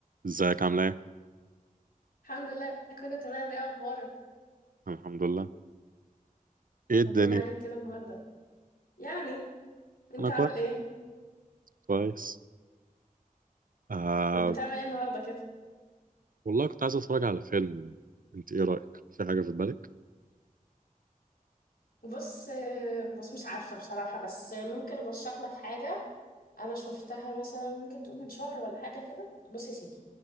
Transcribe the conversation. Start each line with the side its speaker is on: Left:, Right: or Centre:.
Right: ازيك عامل ايه؟
Left: الحمد لله كله تمام ايه اخبارك
Right: أنا الحمد لله ايه الدنيا؟
Left: طمني عليك كده النهارده يعني انت
Right: انا كويس
Left: عامل ايه
Right: كويس آه
Left: طب بتعمل ايه النهارده كده
Right: والله كنت عايز اتفرج على فيلم انت ايه رأيك؟ في حاجة في بالك؟
Left: بص آه، بص مش عارفه بصراحه بس ممكن ارشح لك حاجه انا شفتها مثلا ممكن تقول من شهر ولا حاجه كده بص يا سيدي